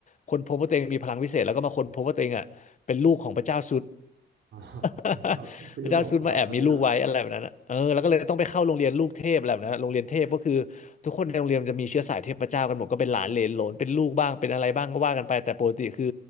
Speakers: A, on the left; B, on the right.
A: ค้นพบว่าตัวเองมีพลังวิเศษแล้วก็มาค้นพบว่าตัวเองอ่ะเป็นลูกของพระเจ้าซุด
B: อ๋อ
A: <laughs>
B: ครับเป็นรูปของก้าวสุดเลยเหรอ
A: พระเจ้าซุดมาแอบมีลูกไว้อะไรแบบนั้นอะเออแล้วก็เลยต้องไปเข้าโรงเรียนลูกเทพอะไรแบบนั้นอะโรงเรียนเทพก็คือทุกคนในโรงเรียนจะมีเชื้อสายเทพเจ้ากันหมดก็เป็นหลานเหลนโหลนเป็นลูกบ้างเป็นอะไรบ้างก็ว่ากันไปแต่ปกติคือ